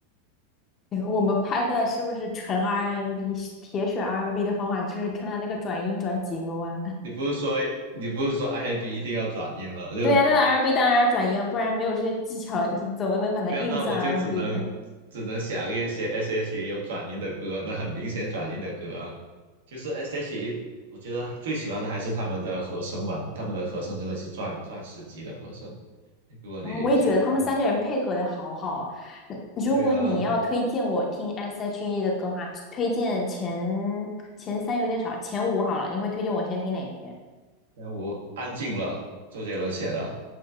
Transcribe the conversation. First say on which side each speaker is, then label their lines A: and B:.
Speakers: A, on the left (about 25°); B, on the right (about 85°).
A: <laughs> 我们拍的是不是纯 R&B n 铁血 R&B n 的方法，就是看他那个转音转几个弯。<laughs>
B: 你不是说你不是说 R&B 一定要转音吗？就
A: 对呀、啊，那个 R&B n 当然要转音啊，不然没有这些技巧，<laughs> 怎么能把它硬算
B: 对啊，那我就只能只能想一些
A: R&B n 呢？
B: S.H.E 有转音的歌，那很明显转音的歌啊，就是 S.H.E，我觉得最喜欢的还是他们的和声吧，他们的和声真的是钻钻石级的和声。如果你就嗯，
A: 然后我也觉得他们三个人配合的好好啊。嗯如果你要推荐我听
B: 对啊，
A: S.H.E 的歌的话，推荐前前三有点少，前五好了。你会推荐我先听哪些？
B: 但我安静了，周杰伦写的，